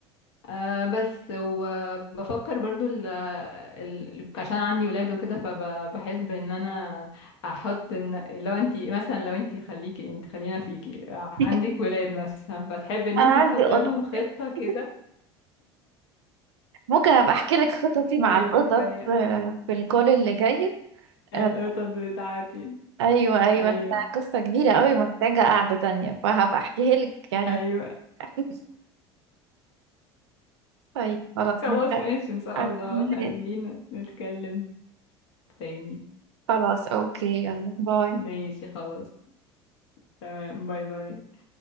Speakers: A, on the left (about 75°); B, on the right (about 75°).
A: آه بس وبفكر برضو ال ال عشان عندي ولاد وكده فبحس بان انا احط ان لو انتي مثلا لو انتي خليكي انت خلينا فيكي عندك
B: <laughs>
A: ولاد مثلا فتحب ان
B: انا
A: انتي
B: عندي
A: تحط
B: قطط
A: لهم خطة كده
B: <laughs> ممكن أبقى أحكي لك خططي مع
A: ايوه
B: القطط
A: كفاية
B: آه، في الكول اللي جاي
A: القطط
B: آه
A: بتاعتي
B: أيوة أيوة
A: ايوه
B: <laughs> ده قصة كبيرة قوي محتاجة قعدة تانية فهبقى أحكيها لك يعني
A: ايوه
B: <laughs> طيب خلاص
A: خلاص
B: نبدأ
A: ماشي ان شاء
B: أكمل.
A: الله خلينا نتكلم تاني
B: خلاص اوكي يلا باي
A: ماشي خلاص تمام باي باي